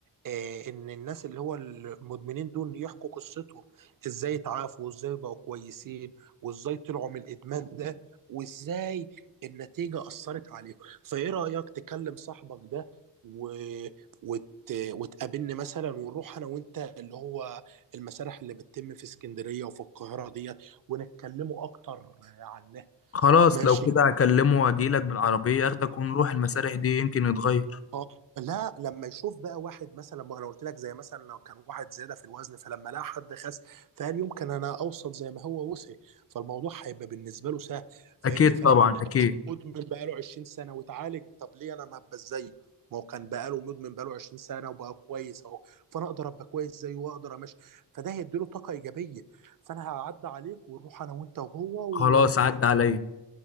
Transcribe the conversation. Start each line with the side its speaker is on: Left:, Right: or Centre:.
Right: آه، ان الناس اللي هو المدمنين دول يحكوا قصتهم ازاي اتعافوا وازاي بقوا كويسين وازاي طلعوا من الادمان ده وازاي النتيجة أثرت عليهم فايه رأيك تكلم صاحبك ده و... وت... وتقابلني مثلا ونروح انا وانت اللي هو المسارح اللي بتتم في اسكندرية وفي القاهرة ديت ونتكلموا اكتر عنها
Left: خلاص
Right: ماشي
Left: لو كده هكلمه واجيلك بالعربية اخدك ونروح المسارح دي يمكن يتغير
Right: اه لا لما يشوف بقى واحد مثلا ما انا قلت لك زي مثلا لو كان واحد زياده في الوزن فلما لقى حد خس فقال يمكن انا اوصل زي ما هو وصل فالموضوع هيبقى بالنسبه له سهل فاهمني
Left: اكيد
Right: فلما
Left: طبعا
Right: يلاقي
Left: اكيد
Right: واحد مدمن بقى له 20 سنه واتعالج طب ليه انا ما ابقى زيه ما هو كان بقى له مدمن بقى له 20 سنه وبقى كويس اهو فانا اقدر ابقى كويس زيه واقدر امشي فده هيديله طاقه ايجابيه فانا هعدي عليك ونروح انا وانت وهو
Left: خلاص
Right: و...
Left: عدى عليا